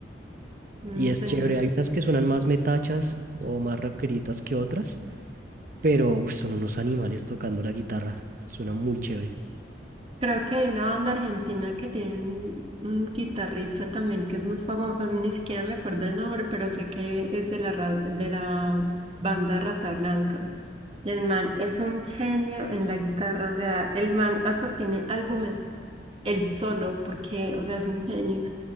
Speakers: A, on the right (about 30°); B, on the right (about 50°).
A: Mm,
B: Y es
A: Tengo
B: chévere, hay unas que suenan más metachas o más rockeritas que otras, pero uf, son unos animales tocando la guitarra, suena muy chévere.
A: Creo que hay una banda argentina que tiene un, un guitarrista también que es muy famoso, ni siquiera me acuerdo el nombre, pero sé que es de la, ra- de la banda Rata Blanca. Y el man es un genio en la guitarra, o sea, el man hasta tiene álbumes él solo, porque, o sea, es un genio.